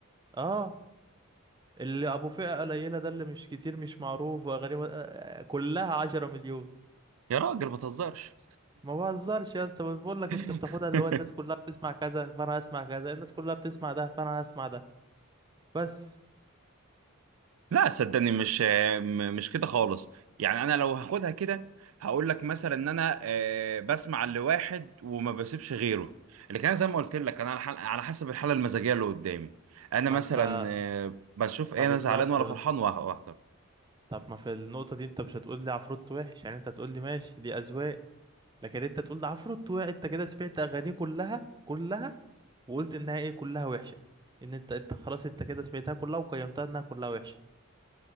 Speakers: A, on the right (about 20°); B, on the right (about 75°).
A: اه اللي ابو فئه قليله ده اللي مش كتير مش معروف واغاني آه، آه، كلها 10 مليون
B: يا راجل ما تهزرش
A: ما بهزرش يا اسطى بقول لك
B: <laughs>
A: انت بتاخدها اللي هو الناس كلها بتسمع كذا فانا هسمع كذا الناس كلها بتسمع ده فانا هسمع ده بس
B: لا صدقني مش م- مش كده خالص يعني انا لو هاخدها كده هقول لك مثلا ان انا آه، بسمع لواحد وما بسيبش غيره لكن انا زي ما قلت لك انا على حل- على حسب الحاله المزاجيه اللي قدامي انا
A: ما
B: مثلا
A: انت
B: آه، بشوف
A: ما
B: ايه انا
A: بالظبط
B: زعلان ولا
A: يا
B: فرحان
A: اسطى
B: وه- واحده
A: طب ما في النقطة دي انت مش هتقول لي عفروت وحش يعني انت هتقول لي ماشي دي اذواق لكن انت تقول لي عفروت وحش انت كده سمعت اغانيه كلها كلها وقلت انها ايه كلها وحشة ان انت انت خلاص انت كده سمعتها كلها وقيمتها انها كلها وحشة